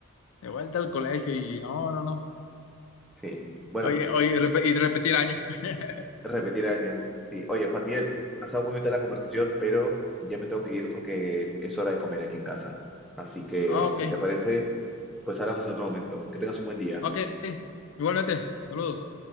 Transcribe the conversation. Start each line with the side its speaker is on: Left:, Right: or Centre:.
Left: De vuelta al colegio y no, no, no.
Centre: Sí. Bueno,
Left: Oye, oye, repe- y repetir año. <laughs>
Centre: repetir año. Sí. Oye, Juan Miguel, ha estado muy bonita la conversación, pero ya me tengo que ir porque es hora de comer aquí en casa. Así que,
Left: Ah, ok,
Centre: si te parece, pues hablamos en otro momento. Que tengas un buen día.
Left: ok. Igualmente, saludos.